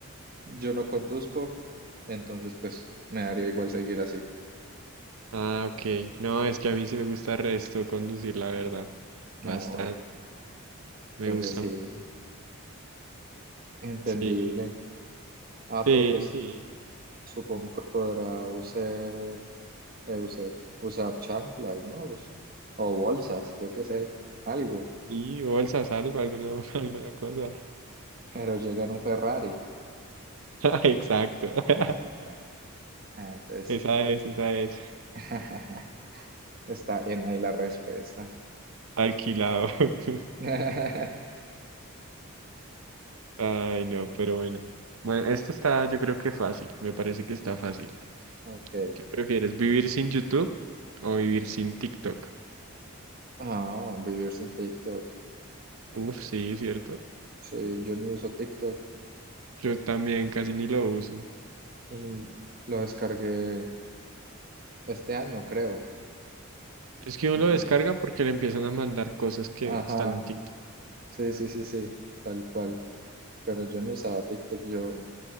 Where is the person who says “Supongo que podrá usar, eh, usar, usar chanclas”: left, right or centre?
Right